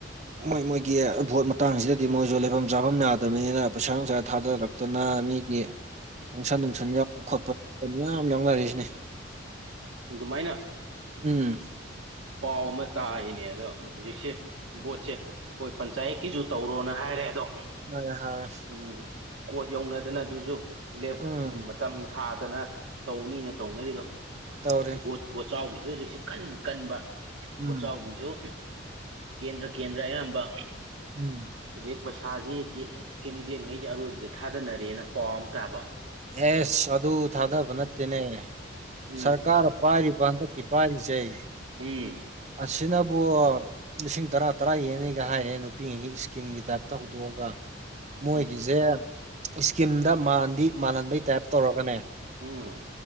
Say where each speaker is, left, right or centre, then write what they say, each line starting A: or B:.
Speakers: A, on the right; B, on the right.
A: ꯃꯣꯏ ꯃꯣꯏꯒꯤ ꯚꯣꯠ ꯃꯇꯥꯡꯁꯤꯗꯗꯤ ꯃꯣꯏꯁꯨ ꯂꯩꯐꯝ ꯆꯥꯐꯝ ꯌꯥꯗꯕꯅꯤꯅ ꯄꯩꯁꯥ ꯅꯨꯡꯁꯥ ꯊꯥꯗꯔꯛꯇꯨꯅ ꯃꯤꯒꯤ ꯅꯨꯡꯁꯟ ꯅꯨꯡꯁꯟ ꯌꯥꯎꯕ ꯈꯣꯠꯄ ꯈꯣꯠꯄ ꯃꯌꯥꯝ ꯌꯥꯎꯅꯔꯤꯁꯤꯅꯦ
B: ꯑꯗꯨꯃꯥꯏꯅ
A: ꯎꯝ
B: ꯄꯥꯎ ꯑꯃ ꯇꯥꯏꯌꯦꯅꯦ ꯑꯗꯣ ꯍꯧꯖꯤꯛꯁꯦ ꯕꯣꯠꯁꯦ ꯍꯣꯏ ꯄꯟꯆꯥꯌꯦꯠꯀꯤꯁꯨ ꯇꯧꯔꯣꯅ ꯍꯥꯏꯔꯦ ꯑꯗꯣ
A: ꯍꯥꯏꯔꯦ ꯍꯥꯏꯔꯦ
B: ꯎꯝ ꯀꯣꯠ ꯌꯧꯅꯗꯅ ꯑꯗꯨꯁꯨ ꯂꯦꯞ
A: ꯎꯝ
B: ꯃꯇꯝ ꯊꯥꯗꯅ ꯇꯧꯅꯤꯅ ꯇꯧꯅꯔꯤꯗꯣ
A: ꯇꯧꯔꯤ
B: ꯚꯣꯠ ꯕꯣꯠꯆꯥꯎꯒꯤꯁꯨ ꯍꯧꯖꯤꯛꯁꯤ ꯀꯟ ꯀꯟꯕ
A: ꯎꯝ
B: ꯕꯣꯠꯆꯥꯎꯒꯤꯁꯨ ꯀꯦꯟꯗ꯭ꯔ ꯀꯦꯟꯗ꯭ꯔ ꯑꯌꯥꯝꯕ
A: ꯎꯝ
B: ꯍꯧꯖꯤꯛ ꯄꯩꯁꯥꯁꯤ ꯀꯦꯟꯗꯤꯗꯦꯠꯉꯩꯁꯤꯦ ꯑꯔꯣꯏꯕꯗ ꯊꯥꯗꯅꯔꯦꯅ ꯄꯥꯎ ꯑꯃ ꯇꯥꯕ
A: ꯑꯦꯁ ꯑꯗꯨ ꯊꯥꯗꯕ
B: ꯎꯝ
A: ꯅꯠꯇꯦꯅꯦ
B: ꯎꯝ
A: ꯁꯔꯀꯥꯔ <unintelligible>
B: ꯎꯝ
A: ꯑꯁꯤꯅꯕꯨ ꯂꯤꯁꯤꯡ ꯇꯔꯥ ꯇꯔꯥ ꯌꯦꯟꯅꯤꯩꯒ ꯍꯥꯏꯔꯦ ꯅꯨꯄꯤꯉꯩꯒꯤ ꯏꯁꯀꯤꯟꯒꯤ ꯇꯥꯏꯞꯇ ꯍꯧꯗꯣꯛꯑꯒ ꯃꯣꯏꯒꯤꯁꯦ
B: ꯎꯝ
A: ꯏꯁꯀꯤꯝꯗ ꯃꯥꯟꯗꯤ ꯃꯥꯜꯍꯟꯕꯩ ꯇꯥꯏꯞ ꯇꯧꯔꯒꯅꯦ
B: ꯎꯝ